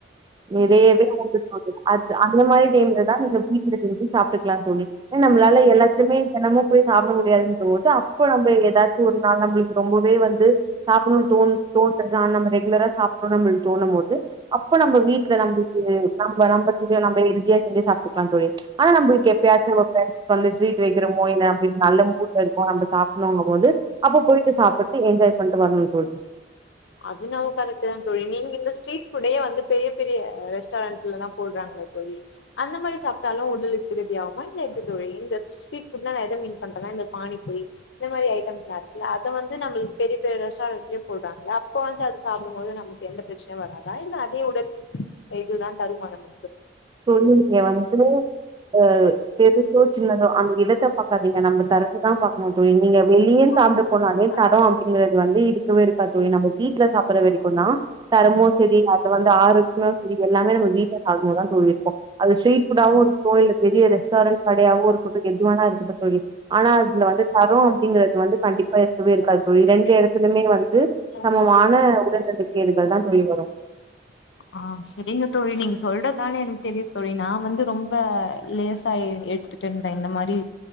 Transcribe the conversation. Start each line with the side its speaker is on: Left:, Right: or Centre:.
Right: நிறையவே உண்டு தோழி அது அது மாரி டைம்ல தா நீங்க <unintelligible> இருக்குறது சாப்ட்டுக்கலா தோழி அ நம்மள போய் எல்லாத்துையுமே தெனமு போய் சாப்ட முடியாதுன் போது அப்போ நம்ப ஏதாச்சு ஒரு நாள் நம்மளுக்கு ரொம்பவே வந்து சாப்டணுனு தோண் தோண்ரத ரெகுலரா சாப்புட்ணுனு தோணும் போது அப்போ நம்ம வீ ட்ல நம்பளுக்கு நம்ப நம்ப செஞ்சு நம்ப ஈசியா செஞ்சு சாப்ட்டுக்குலா தோழி ஆனா நம்பளுக்கு எப்பயாச்சு ஒரு டைம் வந்து ட்ரீட் வைக்கிறோமோ என்ன அப்டி நல்ல மூட்ல இருக்கு நம்ம சாப்புட்னோங்க போது அப்போ போயிட்டு சாப்ட்டுட்டு என் ஜாய் பண்டு வர்ணு தோழி
Left: அது நம்ம கலக்கலா தோழி நீங்க இந்த ஸ்ட்ரீட் ஃபுடே வந்து பெரிய பெரிய ரெஸ்டாரன்டல்லதா போட்றாங்க தோழி அந்த மாரி சாப்ட்டாலு ஏக்கறதுயாமா இல்ல இப் போ இந்த இப்பிட்லா நா எத மீன் பண்றனா இந்த பானிபூரி இந்த மாரி ஐடம்ஸ்லா இருக்குல அத வந்து ந பெரிய பெரிய ரெஸ்டாரன்ட்லயே போட்றாங்கல்லா அப்ப வந்து அது சாப்பிடும் போது நமக்கு எந்த பிரச்சனையு வராதா இல்ல அதே உடல் ஹெல்து தா தருமா நம்ம
Right: தொழிலுக்கு வந்து அ எ எய்டி ஃபோர் சின்னதா அந்த இடத்த பாக்காதீங்க நம்ம தரத்த தா பாக்கனுட்டு
Left: ஆனா
Right: நீங்க வெளியே சாப்ட்ட
Left: அதுக்கு
Right: போனாலே
Left: வந்து தரம்
Right: தரோ அப்டி அப்படின்னு ன்றது வந்து இருக்கவே
Left: அப்படிங்கறது
Right: இருக்கா தோழி நம்ம வீட்ல சாப்புற வேசுக்குனா தரமு சரி அப்றோ அந்த வந்து ஆரோக்கியோ இது எல்லாமே நம்ம வீட்ல சாப்டுமோதா தூங்கிருக்கு அது ஸீட்ரீட் ஃபுடாவு இருக்கு பெரிய ரெஸ்டாரண்ட் கடையா சவரு ஒரு போட்டு கிண்றாங்க அது கூட போயி அனா அதுல வந்து தரோ அப்டிங்கிறது வந்து கண்டிப்பா இருக்கவே இருக்காது
Left: கண்டிப்பா
Right: தோழி இத ரெண்டு எடத்துலுமே வந்து
Left: நம்ம
Right: சமமான
Left: மாணவர்கள்
Right: உடல்நலக்கேடுகள் தா தோழி வரு
Left: <inaudible> ஆ சரிங்க தோழி நீங்க சொல்றதாலே எனக்கு தெரியுது தோழி நா வந்து ரொம்ப லேச ஆயி எடுத்துடேன் த இந்த மாரி